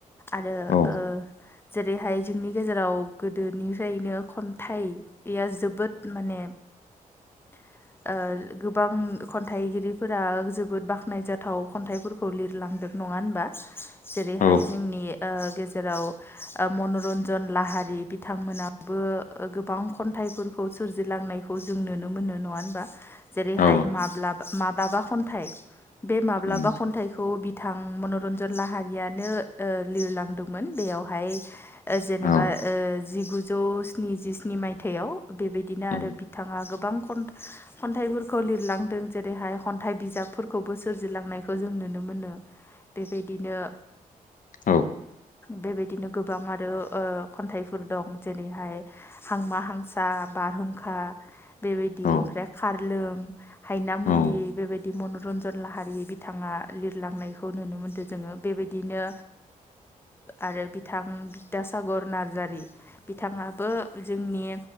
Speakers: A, on the left; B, on the left.
A: आरो
B: औ
A: ओ जेरैहाय जोंनि गेजेराव गोदोनिफ्रायनो खन्थाइया जोबोद माने <inaudible> ओ गोबां खन्थाइगिरिफोरा जोबोद बाख्नायजाथाव खन्थाइफोरखौ लिरलांदों। नङा होनबा जेरैहाय
B: औ
A: जोंनि ओ गेजेराव मनरन्जन लाहारि बिथांमोनाबो गोबां खन्थाइ फोरखौ सोरजिलांनायखौ जों नुनो मोनो। नङा होनबा जेरैहाय
B: औ
A: माब्ला माब्लाबा खन्थाइ बे माब्लाबा
B: उम
A: खन्थाइखौ बिथां मनरन्जन लाहारियानो लिरलांदोंमोन बेयावहाय जेनेबा
B: औ
A: ओ जिगुजौ स्निजिस्नि मायथाइयाव बेबायदिनो आरो
B: उम
A: बिथांङा गोबां खन खन्थाइफोरखौ लिरलांदों जेरैहाय खन्थाइ बिजाबफोरखौबो सोरजिलांनायखौ जों नुनो मोनो। बेबायदिनो
B: औ
A: बेबायदिनो गोबां आरो खन्थाइफोर दं जेरैहाय हांमा हांसा बारहुंखा बेबायदि
B: औ
A: खारलु हायनामुलि
B: औ
A: बेबादि मनरन्जन जन लाहारि बिथांङा लिरलांनायखौ नुनो मोनदों जोङो बेबायदिनो आरो बिथां बिद्दासागर नार्जारि बिथाङाबो जोंनि